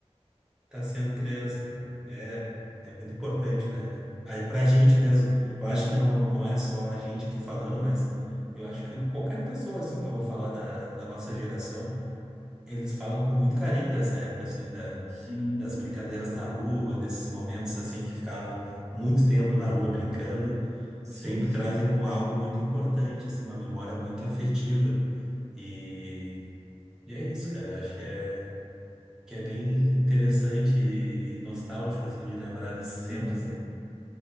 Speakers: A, in the centre; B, on the right.
A: Tá sendo criança, cara. É, é muito importante, né? Aí pra gente mesmo. Eu acho que não, não é só a gente aqui falando, mas eu acho que qualquer pessoa, assim, que eu vou falar da, da nossa geração, Eles falam com muito carinho dessa época, assim, da,
B: Sim,
A: das brincadeiras na rua, desses momentos, assim, que ficavam muito tempo na rua brincando.
B: sim,
A: Sempre
B: sim,
A: trazem como algo muito importante, assim, uma memória muito afetiva. E, e é isso, cara. Eu acho que é, que é bem interessante e nostálgico, assim, de lembrar desses
B: sim.
A: tempos, né?